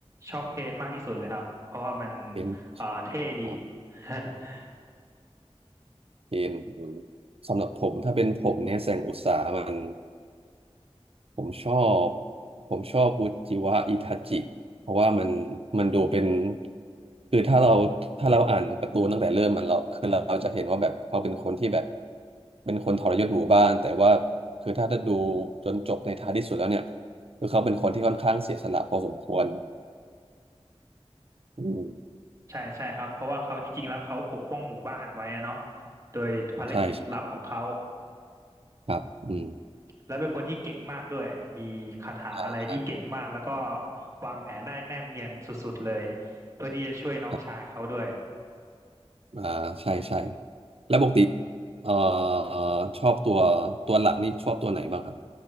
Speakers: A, on the right; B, on the right.
A: ชอบเพนมากที่สุดเลยครับเพราะว่ามัน
B: เป็น
A: เอ่อเท่ดี
B: อ๋อ
A: <laughs>
B: เป็นอืมสำหรับผมถ้าเป็นผมเนี่ยแสงอุตสาหมัน ผมชอบผมชอบอุจิวะอิทาจิเพราะว่ามันมันดูเป็นคือถ้าเราถ้าเราอ่านการ์ตูนตั้งแต่เริ่มมันเราคือเราจะเห็นว่าแบบเขาเป็นคนที่แบบเป็นคนทรยศหมู่บ้านแต่ว่าคือถ้าจะดูจนจบในท้ายที่สุดแล้วเนี่ยคือเขาเป็นคนที่ค่อนข้างเสียสละพอสมควรอืม
A: ใช่ใช่ครับเพราะว่าเขาจริงๆแล้วเขาปกป้องหมู่บ้านไว้อะเนาะโดยภารกิจลับของเขา
B: ใช่ใช่ครับอืม
A: แล้วเป็นคนที่เก่งมากด้วยมีคาถาอะไรที่เก่งมากแล้วก็
B: ใช่ใช่
A: วางแผนได้แนบเนียนสุดๆเลยเพื่อที่จะช่วยน้องชายเขาด้วย
B: ครับอ่าใช่ใช่แล้วปกติเอ่อชอบตัวตัวหลักนี่ชอบตัวไหนบ้างครับ